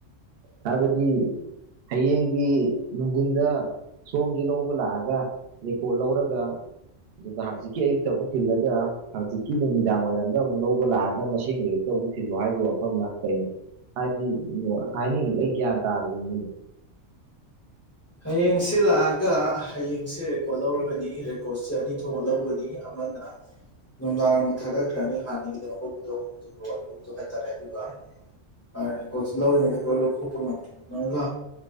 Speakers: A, on the right (about 60°); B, on the left (about 20°).
A: ꯍꯥꯏꯕꯗꯤ ꯍꯌꯦꯡꯒꯤ ꯅꯨꯡꯗꯤꯟꯗ ꯁꯣꯝꯖ‌ꯦ ꯂꯧꯕ ꯂꯥꯛꯑꯒ ꯔꯦꯀꯣꯔꯠ ꯂꯧꯔꯒ ꯑꯗꯨꯒꯗ ꯍꯥꯡꯆꯤꯛꯀꯤ ꯑꯌꯨꯛꯇ ꯑꯃꯨꯛ ꯊꯤꯜꯂꯒ ꯍꯪꯆꯤꯀꯤ ꯅꯨꯃꯤꯗꯥꯡ ꯋꯥꯔꯝꯗ ꯑꯃꯨꯛ ꯂꯧꯕ ꯂꯥꯛꯑꯒ ꯃꯁꯤꯡꯗꯨ ꯍꯨꯛꯇ ꯑꯃꯨꯛ ꯊꯤꯜꯂꯨ ꯍꯥꯏꯕꯒꯤ ꯋꯥꯐꯝꯅ ꯀꯩꯅꯣ ꯍꯥꯏꯗꯤ ꯍꯅꯤꯗ‌ꯣ ꯑꯩ ꯒꯤꯌꯥꯟ ꯇꯗꯨ꯭ꯔꯤꯅꯤ
B: ꯍꯌꯦꯡꯁꯦ ꯂꯥꯛꯑꯒ ꯍꯌꯦꯡꯁꯦ ꯔꯦꯀꯣꯔꯠ ꯂꯧꯔꯒꯅꯤ ꯔꯦꯀꯣꯔꯠꯁꯦ ꯑꯅꯤ ꯊꯣꯛꯅ ꯂꯧꯒꯅꯤ ꯑꯝ ꯃꯅ ꯅꯨꯡꯗꯥꯡꯔꯝꯕ ꯊꯥꯒꯠꯈ꯭ꯔꯅꯤ ꯍꯥꯟꯅꯒꯤꯗꯅ ꯍꯧꯕꯗꯣ ꯑꯗꯨꯒꯍꯧꯕꯗꯣ ꯍꯥꯏꯇꯥꯔꯦ ꯑꯗꯨꯒ ꯑꯔꯦ ꯄꯣꯠꯁꯨ ꯂꯧꯔꯤꯉꯩꯗ ꯑꯩꯣꯏ ꯂꯧ ꯈꯣꯛꯠꯄ ꯉꯝꯗꯒ